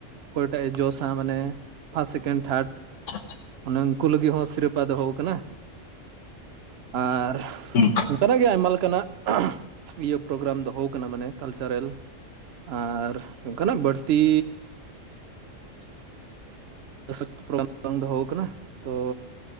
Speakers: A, on the right; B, on the left.
A: ᱚᱠᱚᱭᱴᱟᱜ ᱮ ᱡᱚᱥᱟ ᱢᱟᱱᱮ ᱯᱷᱟᱥᱴ ᱥᱮᱠᱮᱱᱰ ᱛᱷᱟᱨᱰ
B: ᱟᱪᱪᱷᱟ ᱟᱪᱪᱷᱟ
A: <unintelligible> ᱩᱱᱠᱩ ᱞᱟᱹᱜᱤᱫ ᱦᱚᱸ ᱥᱤᱨᱯᱟ ᱫᱚᱦᱚ ᱠᱟᱱᱟ ᱟᱨ
B: ᱦᱩᱸ
A: ᱚᱱᱠᱟᱱᱟᱜ ᱜᱮ ᱟᱭᱢᱟ ᱞᱮᱠᱟᱱᱟᱜ <unintelligible> ᱤᱭᱟᱹ ᱯᱨᱳᱜᱨᱟᱢ ᱫᱚᱦᱚ ᱠᱟᱱᱟ ᱢᱟᱱᱮ ᱠᱟᱞᱪᱟᱨᱮᱞ᱾ ᱟᱨ ᱚᱱᱠᱟᱱᱟᱜ ᱵᱟᱹᱲᱛᱤ <unintelligible> ᱵᱟᱝ ᱫᱚᱦᱚᱠ ᱛᱚ